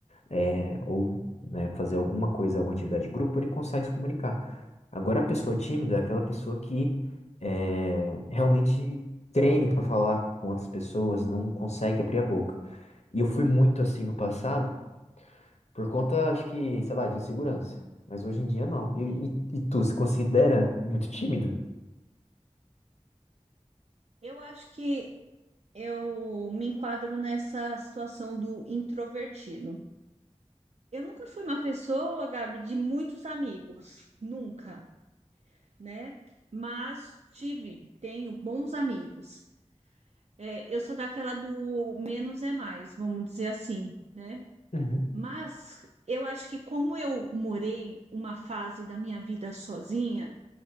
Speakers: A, on the left (about 65°); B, on the right (about 65°).
A: é, ou, né, fazer alguma coisa, alguma atividade em grupo, ele consegue se comunicar. Agora, a pessoa tímida é aquela pessoa que é, realmente treme para falar com outras pessoas, não consegue abrir a boca. E eu fui muito assim no passado,
B: entendi.
A: por conta, acho que, sei lá, de insegurança. Mas hoje em dia não. E,
B: Sim.
A: e, e tu se considera muito tímido?
B: Eu acho que eu me enquadro nessa situação do introvertido. Eu nunca fui uma pessoa, Gabi, de muitos amigos, nunca. né? Mas tive, tenho bons amigos. É, eu sou daquela do menos é mais, vamos dizer assim, né?
A: Uhum.
B: Mas eu acho que como eu morei uma fase da minha vida sozinha,